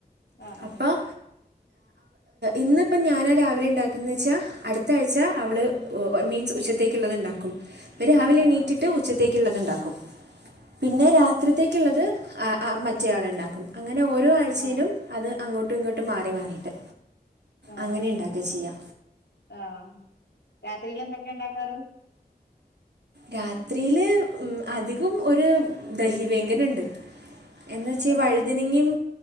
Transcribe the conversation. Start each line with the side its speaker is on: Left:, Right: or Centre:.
Left: ആഹ്
Right: <inaudible>
Left: ആഹ്
Right: അപ്പോൾ ഇന്നിപ്പൊ ഞാനാണ് രാവിലെ ഉണ്ടാക്കുന്നെ വെച്ചാൽ അടു ത്തയാഴ്‌ച അവള്
Left: ആഹ്
Right: മീൻസ് ഉച്ചത്തേക്കുള്ളതൊക്കെ ഉണ്ടാക്കും രാവിലെ
Left: ആഹ്
Right: എണീറ്റിട്ട് ഉച്ചത്തേക്കുള്ളതുണ്ടാക്കും പിന്നെ രാത്രിത്തേക്കുള്ളത് മറ്റേ ആൾ ഉണ്ടാക്കും അങ്ങനെ ഓരോ ആഴ് ആഴ്ചയിലും
Left: ആഹ് ആഹ്
Right: അത് അങ്ങോട്ടും ഇങ്ങോട്ടും മാറി മാറിട്ട്
Left: ആഹ്
Right: അങ്ങനെ ഇണ്ടാക്കാ ചെയ്യാ
Left: ആഹ് രാത്രിയില് എന്തൊക്കെ ഉണ്ടാക്കാറ്
Right: രാത്രിയില് ഉം അധികം ഒരു ദഹിവേങ്കന ഉണ്ട് എന്ന് വെച്ചാ ഈ
Left: എങ്ങനെ
Right: വഴുതനങ്ങയും